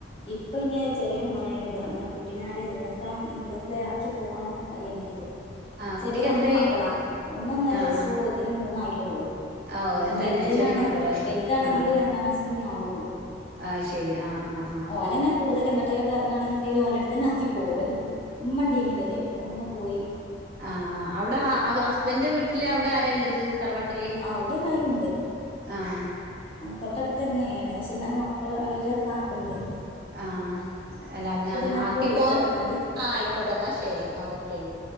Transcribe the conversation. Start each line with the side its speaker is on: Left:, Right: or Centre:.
Left: ഇപ്പ ഇന്നെ ചെറിയ മോനായിണ്ട് അങ്ങനെ കുട്ടിനെ ആരെെയ നോക്കാൻ ഇളപ്പള ആി പോകാനൊക്കെ കഴിയണെങ്കില്
Right: ആഹ്
Left: ചെറിയ
Right: കുട്ടിക്ക്
Left: രണ്ട
Right: എത്രായി
Left: മക്കളാ ഒന്ന ഒന്നേര
Right: ആഹ്
Left: വയസ്സോ ഇും മൂന്നായിട്ടേ ഉള്ളു.
Right: ആഹ് ഓഹ്
Left: പിന്നെ
Right: തന്നെ
Left: വലുതിനാാണ്
Right: ചെറിയ മക്കളാല്ലേ
Left: വലുതാണെങ്കില്
Right: ആഹ് ആഹ്
Left: രണ്ടാം ക്ലാസ്സ ഇ ആവണള്ളു.
Right: ആഹ് ശരി ആഹ ആഹ് ആഹ
Left: ഓന തന്നെ കൂടുതൽ എങ്ങട്ടേലക്കെ ഇറങ്ങാണുണ്ടെങ്ക ഓന്റെ അടുത്ത് തന്ന ആക്കി പോല ഉമ്മ ടീി തരെ ഉമ്മ പോയി
Right: ആ ആ് അവിടെ ഹസ്ബൻന്റെ വീട്ടില് അവിടെ ആരല്ലത് തറവാട്ടിലി
Left: അവിടെ എല്ലാരും
Right: ആഹ
Left: തൊട്ടടുത്ത് തന്നെയാണ് പക്ഷെ എന്നാലും മക്കൾ അവിടെ ആക്കുമ്പോളേ
Right: ആഹ എല്ലാ
Left: ഞാൻ
Right: ആക്കി
Left: ഇപ്പ വിളിക്കട്ടെ
Right: പോവാൻ ആഹ
Left: എന്നാല്
Right: ആയിക്കോട്ടെ എന്നാ ശെരി ആ ഓക്കെ എന്നാ